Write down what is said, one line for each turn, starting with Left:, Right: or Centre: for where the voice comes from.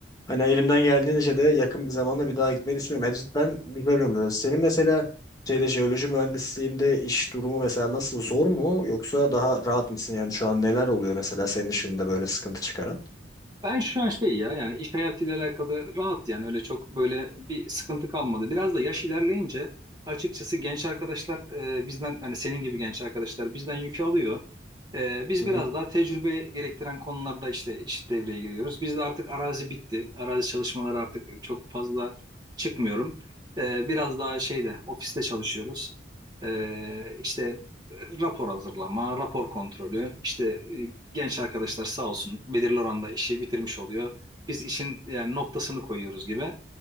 Left: Hani elimden geldiğince de yakın bir zamanda bir daha gitmeyi düşünüyorum. Yani cidden güzel oluyor. Senin mesela şeyde jeoloji mühendisliğinde iş durumu mesela nasıl zor mu yoksa daha rahat mısın? Yani şu an neler oluyor mesela senin işinde böyle sıkıntı çıkaran?
Right: Ben şu an şey ya yani iş hayatıyla alakalı rahat yani öyle çok böyle bir sıkıntı kalmadı. Biraz da yaş ilerleyince açıkçası genç arkadaşlar e, bizden hani senin gibi genç arkadaşlar bizden yük alıyor. Ee, biz
Left: Hı
Right: biraz
Left: hı.
Right: daha tecrübe gerektiren konularda işte, işte devreye giriyoruz. Bizde artık arazi bitti. Arazi çalışmaları artık çok fazla çıkmıyorum. Ee, biraz daha şeyde ofiste çalışıyoruz. Ee, işte e, rapor hazırlama, rapor kontrolü. İşte e, genç arkadaşlar sağ olsun belirli oranda işi bitirmiş oluyor. Biz işin yani noktasını koyuyoruz gibi.